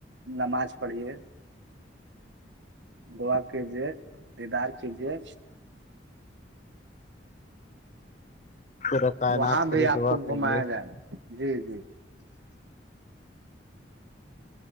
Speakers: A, on the right; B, on the left.
A: نماز پڑھیے دعا کیجیے ادار کیجیے
B: پورے کائنات
A: وہاں
B: کے
A: بھی
B: لیے
A: آپ
B: دعا
A: کو
B: کیجیے
A: گھمایا جائے نا جی جی